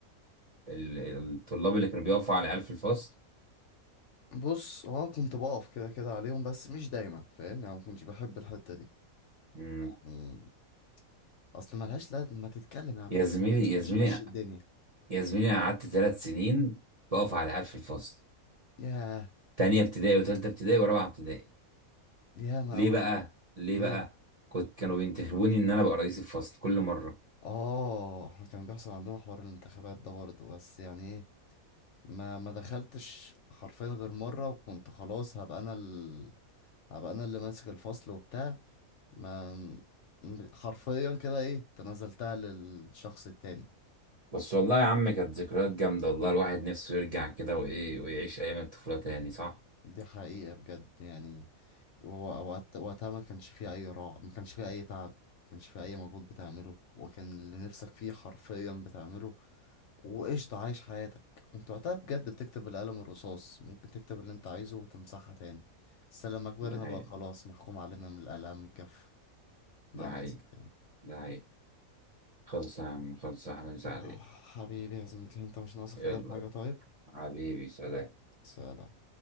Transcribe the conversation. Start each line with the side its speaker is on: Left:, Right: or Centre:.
Right: ال- الطلاب اللي كانوا بيقفوا على العيال في الفصل
Left: بص هو انا كنت بقف كده كده عليهم بس مش دايما فاهم يعني ما كنتش بحب الحته دي
Right: امم
Left: يعني اصل ملهاش لازم ما تتكلم يا عم
Right: يا
Left: في
Right: زميلي
Left: الخباثه ماشي
Right: يا زميلي
Left: مشي الدنيا
Right: يا زميلي أنا قعدت ثلاث سنين بقف على العيال في الفصل
Left: ياه
Right: تانية ابتدائي وتالتة ابتدائي ورابعة ابتدائي
Left: ياه ما
Right: ليه
Left: اوعى
Right: بقى ليه
Left: ليه
Right: بقى كنت كانوا بينتخبوني ان انا ابقى رئيس الفصل كل مره
Left: اه احنا كان بيحصل عندنا حوار الانتخابات ده برضه بس يعني ايه ما ما دخلتش حرفيا غير مره وكنت خلاص هبقى انا ال... هبقى انا اللي ماسك الفصل وبتاع ما م- حرفيا كده ايه تنازلتها للشخص التاني
Right: بس والله يا عم كانت ذكريات جامده والله الواحد نفسه يرجع كده وايه ويعيش ايام الطفوله تاني صح
Left: دي حقيقة بجد يعني هو وقت- وقتها ما كانش فيه أي راحة ما كانش فيه أي تعب ما كانش فيه أي مجهود بتعمله وكان اللي نفسك فيه حرفيا بتعمله وقشطة عايش حياتك كنت وقتها بجد بتكتب القلم الرصاص ممكن تكتب اللي أنت عايزه وتمسحها تاني بس لما كبرنا
Right: ده حقيقي
Left: بقى خلاص محكوم علينا من الآلام الجاف
Right: ده
Left: مع الأسف
Right: حقيقي
Left: يعني
Right: ده حقيقي خلص يا عم خلص يا احمد سعد
Left: آه حبيبي يا زميلي أنت مش ناقصك
Right: يلا
Left: أي حاجة طيب
Right: حبيبي سلام
Left: سلام